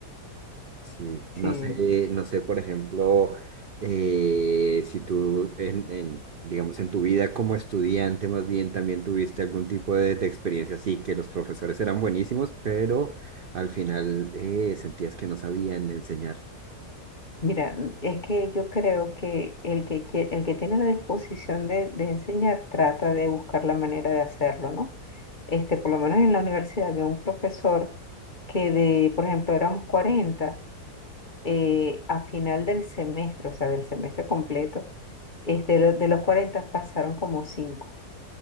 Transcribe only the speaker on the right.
Sí,
no sé, no sé, por ejemplo, eh, si tú, en, en, digamos, en tu vida como estudiante, más bien también tuviste algún tipo de, de experiencia así, que los profesores eran buenísimos, pero al final eh, sentías que no sabían enseñar.